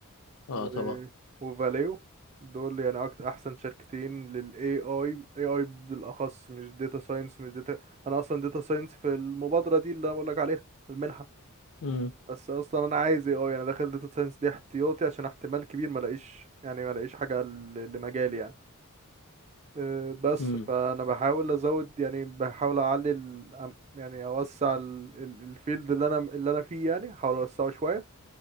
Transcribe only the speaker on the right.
و...
وفاليو دول يعني اكتر احسن شركتين للاي اي اي اي بالاخص مش داتا ساينس مش داتا انا اصلا داتا ساينس في المبادره دي اللي انا بقول لك عليها المنحه
بس اصلا انا عايز اي اي انا داخل داتا ساينس دي احتياطي عشان احتمال كبير ما الاقيش يعني ما الاقيش حاجه ل- لمجالي يعني أه، بس
فانا بحاول ازود يعني بحاول اعلي ال- أم- يعني اوسع الفيلد اللي انا اللي انا فيه يعني احاول اوسعه شويه